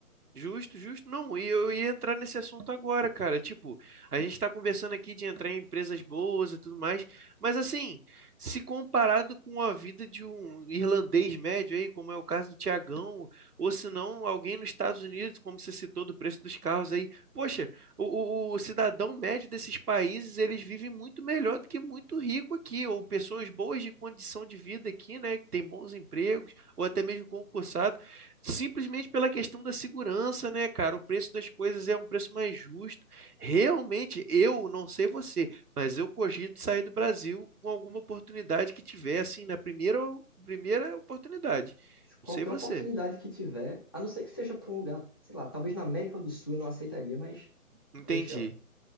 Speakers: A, on the right; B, on the left.
A: Justo, justo. Não, e eu ia entrar nesse assunto agora, cara. Tipo, a gente está conversando aqui de entrar em empresas boas e tudo mais, mas assim, se comparado com a vida de um irlandês médio aí, como é o caso do Tiagão, ou se não, alguém nos Estados Unidos, como você citou do preço dos carros aí, poxa, o, o- o cidadão médio desses países, eles vivem muito melhor do que muito rico aqui, ou pessoas boas de condição de vida aqui, né, que tem bons empregos, ou até mesmo concursados. Simplesmente pela questão da segurança, né, cara? O preço das coisas é um preço mais justo. Realmente, eu não sei você, mas eu cogito sair do Brasil com alguma oportunidade que tiver, assim, na primeira, primeira oportunidade.
B: Qualquer
A: Não sei você.
B: oportunidade que tiver, a não ser que seja para um lugar, sei lá, talvez na América do Sul eu não aceitaria, mas,
A: Entendi.
B: poxa,